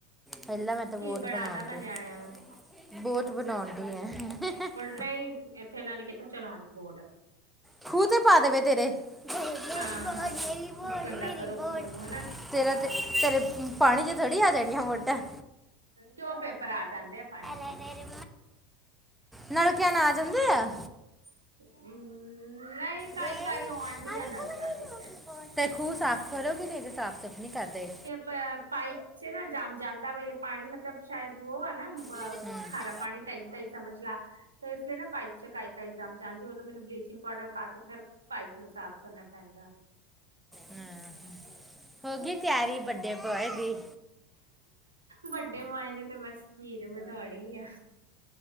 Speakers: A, in the centre; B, on the right.
A: ਪਹਿਲਾਂ ਮੈਂ ਤੇ ਵੋਟ
B: ਕੀ ਬਣਾਦਾ
A: ਬਣਾਉਣ
B: ਮੈਂ
A: ਦੀ
B: ਨਿਆਣਿਆਂ
A: ਈ
B: ਨੂੰ
A: ਬੋਤ ਬਣਾਉਣ ਡੀ ਆ
B: ਨਹੀਂ ਈ ਇੱਥੇ ਇਹਨਾਂ ਨੇ ਕਿੱਥੋਂ ਚਲਾਉਣੀ ਬੋਟ ਆ
A: ਖੂਹ ਤੇ ਪਾ ਦੇਵੇ ਤੇਰੇ ਏ ਮੇਰੀ
B: ਹਾਂ
A: ਬੋਟ
B: ਹਾਂ
A: ਆਮੇਰੀ ਬੋਟ ਆ
B: ਗੰਦਾ
A: ਮੇਰੀ
B: ਕਰੋ
A: ਬੋਟ
B: ਖੂਹ
A: ਆ
B: ਨੂੰ ਹਨਾ
A: ਤੇਰਾ ਆ ਤੇ ਤੇਰੇ ਪਾਣੀ ਚ ਥੋੜ੍ਹੀ ਆ ਜਾਣੀਆਂ ਵੋਟਾਂ ਆ
B: ਕਿਓ ਪੇਪਰ ਆ ਜਾਂਦੇ ਆ ਪਾਣੀ ਚ
A: ਅਰੇ ਅਰੇ ਨਲਕਿਆਂ ਨਾ ਆ ਜਾਂਦੇ ਆ
B: ਹੂ ਹੂੰ ਨਹੀਂ ਟਾਈ
A: ਦੇ ਆਵੇਂ
B: ਟਾਈ ਹੋਣ ਡੀ ਆ ਨਲਕਿਆ
A: ਕਮਰੀ
B: ਦੇ ਉਤੇ
A: ਨੂੰ
B: ਏ
A: ਕੀ ਤੇ ਖੂਹ ਸਾਫ਼ ਕਰੋਗੇ ਨਹੀਂ ਤੇ ਸਾਫ਼ ਸੁਫ਼ ਨਹੀਂ ਕਰਦੇ ਏ
B: ਪਿਅ ਪਾਈਪ ਚ ਨਾ ਜਮ ਜਾਂਦਾ ਵੇ ਪਾਣੀ ਈ ਮਤਲਬ ਸ਼ਾਇਦ ਉਹ ਆ ਨਾ
A: ਮੇਰੇ ਬੋਰਡ
B: ਖਾਰਾ
A: ਤੇ ਮੋਰ
B: ਪਾਣੀ ਟਾਈਪ ਦਾ ਹੀ ਸਮਝ ਲਾ ਤੇ ਇਸ ਲਈ ਨਾ ਪਾਈਪ ਚਕਾਾਈ ਕਈ ਚਮ ਚਾ ਆਉਂਦੀ ਉਹਨੂੰ ਮੈਨੂੰ ਬਲੀਚਿੰਗ ਪਾਊਡਰ ਪਾ ਕੇ ਫੇਰ ਪਾਈਪ ਨੂੰ ਸਾਫ਼ ਕਰਨਾ ਪੈਂਦਾ
A: ਹ, ਹੋ ਗੀ ਤਿਆਰੀ ਬੱਡੇ ਬੋਏ ਦੀ?
B: ਬੱਡੇ ਬੋਆਇ ਨੇ ਤੇ ਬਸ ਖੀਰ ਬਣਾਣੀ ਐ।